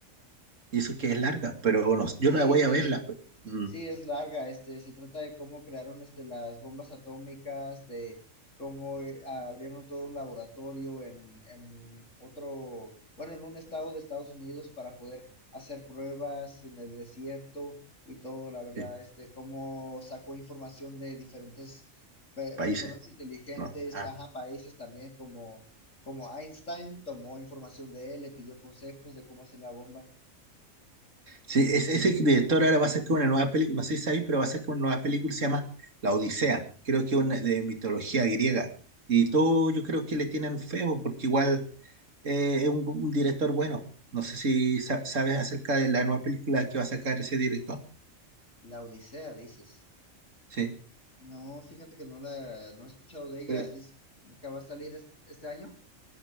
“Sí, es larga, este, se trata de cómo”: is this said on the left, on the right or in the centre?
Left